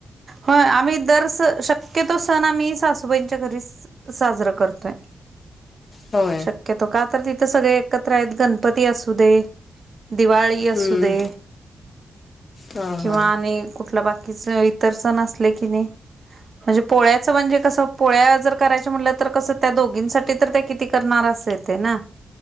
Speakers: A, on the right; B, on the left.
A: होय आम्ही दर स शक्यतो सण आम्ही सासूबाईंच्या घरी साजर करतोय.
B: होय
A: शक्यतो का तर तित तिथ सगळे एकत्र आहेत गणपती असू दे दिवाळी
B: हम्म
A: असू दे
B: हा
A: किंवा
B: हा
A: आणि कुठला बा किसई तर सण असले की नाही म्हणजे पोळ्याच म्हणजे कसं पोळ्या जर करायच्या म्हटलं तर कसं त्या दोघींसाठी तर त्या किती करणार असे येते ना.